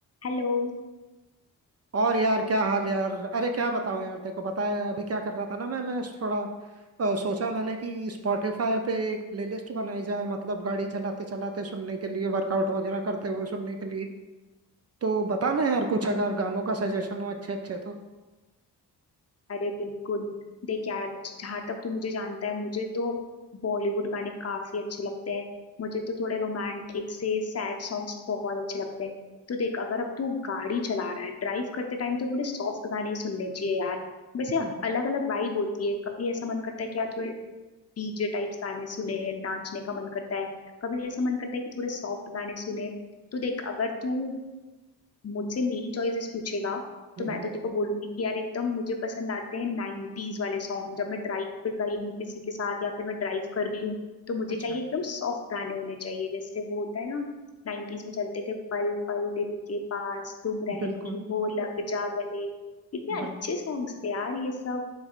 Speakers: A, on the left; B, on the right.
A: Hello
B: और यार क्या हाल यार अरे क्या बताऊं यार तेरे को पता है अभी क्या कर रहा था ना मैं मैं थोड़ा अ, सोचा मैंने कि स्पॉटिफाई पे एक प्लेलिस्ट बनाई जाए मतलब गाड़ी चलाते चलाते सुनने के लिए वर्कआउट वगैरह करते हुए सुनने के लिए तो बताना यार कुछ अगर गानों का सजेशन हो अच्छे अच्छे तो
A: अरे बिल्कुल देख यार जहाँ तक तू मुझे जानता है मुझे तो बॉलीवुड गाने काफी अच्छे लगते हैं मुझे तो थोड़े रोमांटिक से सैड सॉन्ग्स बहुत अच्छे लगते हैं तो देख अगर अब तू गाड़ी चला रहा है ड्राइव करते टाइम तो थोड़े सॉफ्ट गाने ही सुनने चाहिए यार वैसे
B: हम्म
A: अलग अलग वाइब होती है कभी ऐसा मन करता है कि यार थोड़े डीजे टाइप्स गाने सुने नाचने का मन करता है कभी ऐसा मन करता है कि थोड़े सॉफ्ट गाने सुने तो देख अगर तू मुझसे मेरी चॉइसेस पूछेगा
B: हम्म,
A: तो मैं तो तेको बोलूंगी कि यार एकदम मुझे पसंद आते हैं 90s वाले सॉन्ग जब मैं ड्राइव पे गई हूँ किसी के साथ या फिर मैं ड्राइव कर रही हूँ तो मुझे
B: अच्छा
A: चाहिए एकदम सॉफ्ट गाने होने चाहिए जैसे वो होता है ना 90s में चलते थे पल पल दिल के पास तुम रहती
B: बिल्कुल
A: हो लग जा गले कितने अच्छे
B: बिल्कुल
A: सॉन्ग्स थे यार ये सब